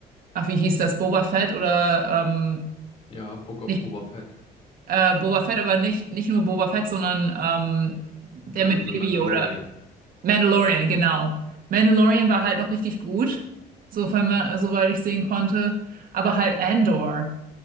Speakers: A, on the right; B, on the left.
A: ach, wie hieß das, Boba Fett oder ähm,
B: Ja, Book of
A: nicht
B: Boba Fett,
A: äh, Boba Fett, aber nicht, nicht nur Boba Fett, sondern ähm, der
B: äh,
A: mit
B: The
A: Baby
B: Mandalorian.
A: Yoda. Mandalorian, genau. Mandalorian war halt noch richtig gut, sofern man, soweit ich sehen konnte. Aber halt Andor.